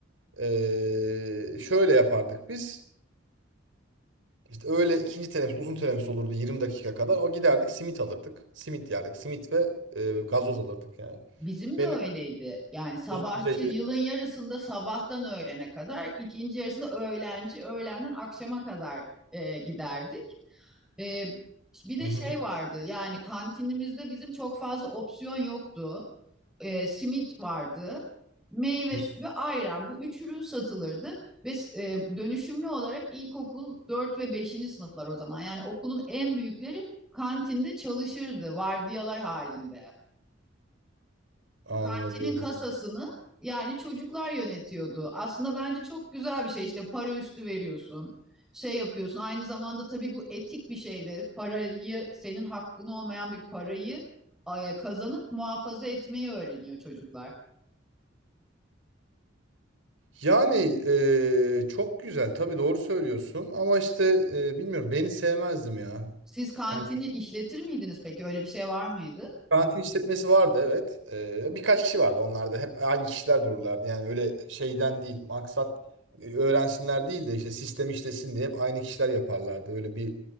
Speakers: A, on the right; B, in the centre.
A: ee, şöyle yapardık biz. İşte öğle ikinci teneffüs uzun teneffüs olurdu 20 dakika kadar. O giderdik simit alırdık. Simit yerdik. Simit ve e, gazoz alırdık yani.
B: Bizim de
A: Benim
B: öyleydi. Yani sabahçı
A: uzun süredir...
B: yılın yarısında sabahtan öğlene kadar, ikinci yarısında öğlenci, öğlenden akşama kadar e, giderdik. E, bir de
A: Hı hı.
B: şey vardı yani kantinimizde bizim çok fazla opsiyon yoktu. e, simit vardı, meyve
A: Hı.
B: suyu, ayran. Bu üç ürün satılırdı ve e, dönüşümlü olarak ilkokul 4 ve beşinci sınıflar o zaman. Yani okulun en büyükleri kantinde çalışırdı vardiyalar halinde.
A: Anladım.
B: Kantinin kasasını yani çocuklar yönetiyordu. Aslında bence çok güzel bir şey işte para üstü veriyorsun şey yapıyorsun. Aynı zamanda tabii bu etik bir şey de parayı senin hakkın olmayan bir parayı e, kazanıp muhafaza etmeyi öğreniyor çocuklar.
A: Yani e, çok güzel. Tabii doğru söylüyorsun. Ama işte e, bilmiyorum. Ben hiç sevmezdim ya.
B: Siz kantini
A: Yani
B: işletir miydiniz peki? Öyle bir şey var mıydı?
A: Karantin işletmesi vardı evet. Ee, birkaç kişi vardı. Onlar da hep aynı kişiler dururlardı. Yani öyle şeyden değil. Maksat e, öğrensinler değil de işte sistem işlesin diye hep aynı kişiler yaparlardı. Öyle bir